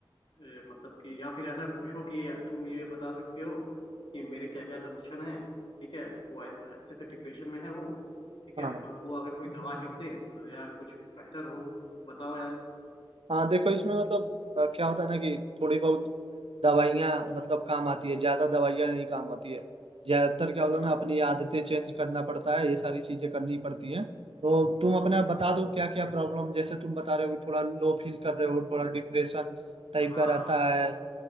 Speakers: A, on the left (about 65°); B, on the right (about 80°).
A: मतलब कि या फिर ऐसा पूछो कि यार तुम ये बता सकते हो कि मेरे क्या क्या लक्षण हैं ठीक है वो ऐ- ऐसे से डिप्रेशन में है वो ठीक
B: हाँ
A: है और वो अगर कोई दवा लिख दे तो यार कुछ बेहतर हो बताओ यार
B: हाँ देखो इसमें मतलब अ, क्या होता है ना कि थोड़ी बहुत दवाइयाँ मतलब काम आती है ज़्यादा दवाइयाँ नहीं काम आती है ज़्यादातर क्या होता
A: हाँ
B: है ना अपनी आदतें चेंज करना पड़ता है ये सारी चीज़ें करनी पड़ती हैं तो तुम अपना
A: हाँ
B: बता दो क्या क्या प्रॉब्लम जैसे तुम बता रहे हो कि थोड़ा लो फील कर रहे हो थोड़ा डिप्रेशन टाइप
A: हाँ
B: का रहता है